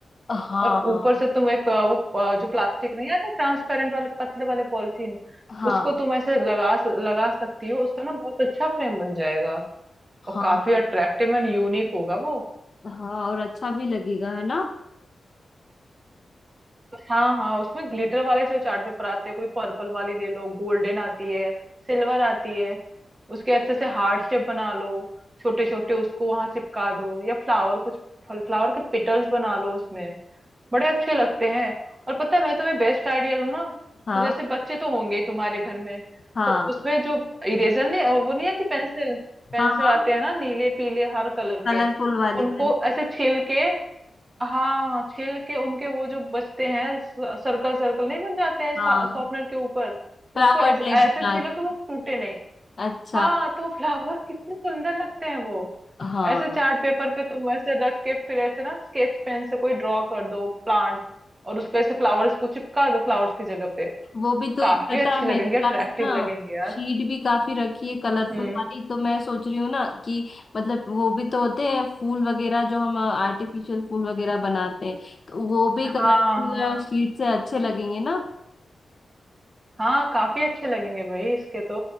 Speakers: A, on the left; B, on the right.
A: हाँ
B: और
A: हाँ
B: ऊपर से तुम एक अ, वो अ, जो प्लास्टिक नहीं आते ट्रांसपेरेंट वाले पतले वाले पॉलिथीन
A: हाँ
B: उसको तुम ऐसे लगा लगा सकती हो उसका ना बहुत अच्छा फ्रेम बन जाएगा और
A: हाँ
B: काफी अट्रैक्टिव एंड यूनिक होगा वो
A: हाँ और अच्छा भी लगेगा है ना
B: हाँ हाँ उसमें ग्लिटर वाले जो चार्ट पेपर आते हैं कोई पर्पल वाली ले लो गोल्डन आती है सिल्वर आती है उसके अच्छे से हार्ट शेप बना लो छोटे छोटे उसको वहां चिपका दो या फ्लावर कुछ फ्लावर के पिटल्स बना लो उसमें बड़े अच्छे लगते हैं और पता है मैं तुम्हें बेस्ट आइडिया दूं ना
A: हाँ
B: तो जैसे बच्चे तो होंगे ही तुम्हारे घर में
A: हाँ
B: तो उसमें जो इरेजर नहीं और वो नहीं आती पेंसिल पेंसिल
A: हाँ हाँ
B: आते हैं ना नीले पीले हर कलर
A: कलरफुल
B: के
A: वाली
B: उनको
A: पेंसिल
B: ऐसे छील के हाँ छील के उनके वो जो बचते हैं सर्कल सर्कल नहीं बन जाते हैं शॉर्पनर
A: हाँ
B: के ऊपर
A: फ्लावर
B: उसको ऐसे
A: टाइप
B: ऐसे
A: बना
B: छीलो
A: के
B: कि वो टूटे नहीं
A: अच्छा
B: हाँ तो फ्लावर कितने सुंदर लगते हैं वो
A: हाँ
B: ऐसे चार्ट पेपर पे तुम ऐसे रख के फिर ऐसे ना स्केच पेन से कोई ड्रॉ कर दो प्लांट और उसको ऐसे फ्लावर्स को चिपका दो फ्लावर्स की जगह पे तो
A: वो भी तो
B: काफी
A: एक पता
B: अच्छे
A: है
B: लगेंगे
A: मेरे
B: अट्रैक्टिव
A: पास ना
B: लगेंगे यार
A: शीट भी काफी रखी है कलरफुल
B: हम्म
A: वाली तो मैं सोच रही हूँ ना कि मतलब वो भी तो होते हैं फूल वगैरह जो हम आर्टिफिशियल फूल वगैरह बनाते हैं तो वो भी
B: हाँ
A: कलरफुल
B: हाँ
A: शीट से अच्छे लगेंगे ना
B: हाँ काफी अच्छे लगेंगे भाई इसके तो